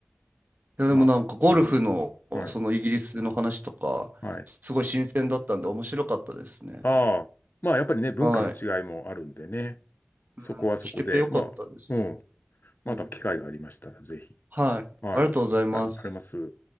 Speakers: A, on the right (about 50°); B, on the left (about 60°).
A: いや、
B: まあ、
A: でもなんかゴルフのそのイギリスの話とか、
B: うん。はい。はい。
A: すごい新鮮だったんで面白かったですね。
B: ああ。まあ、やっぱりね、文化の違いもあるんでね。
A: はい。うん、
B: そこはそこで、
A: 聞けてよかったです。
B: まあ、うん。また機会がありましたら、
A: うん、
B: ぜひ。
A: はい。
B: はい。
A: ありがとうございます。
B: はい、あります。